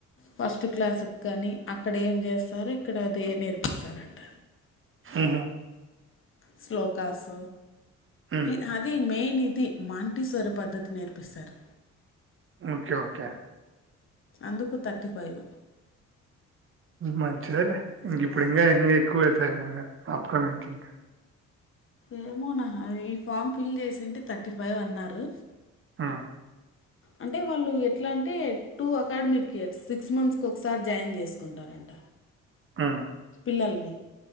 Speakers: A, on the left (about 45°); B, on the right (about 45°).
A: ఫస్ట్ క్లాసుక్ గానీ అక్కడ ఏం చేస్తారో ఇక్కడ అదే నేర్పిస్తారంట
B: ఉహు
A: శ్లోకాస్
B: హ్మ్.
A: ఇ అదీ మెయినిధి మాంటిసోరు పద్ధతి నేర్పిస్తారు
B: ఓకే ఓకే
A: అందుకు థర్టీ ఫైవ్
B: మంచిదెలే ఇంగిప్పుడు ఇంగా ఇంగ ఎక్కువ అవుతయేమో ఇంగ పాపకూడా ఇంకిక
A: ఏమోనా హ ఈ ఫామ్ ఫిల్ చేసింటే థర్టీ ఫైవ్ అన్నారు
B: ఆ
A: అంటే వాళ్ళు ఎట్లా అంటే two academic years six months కొకసారి జాయిన్ చేసుకుంటారంట
B: ఆ
A: పిల్లల్ని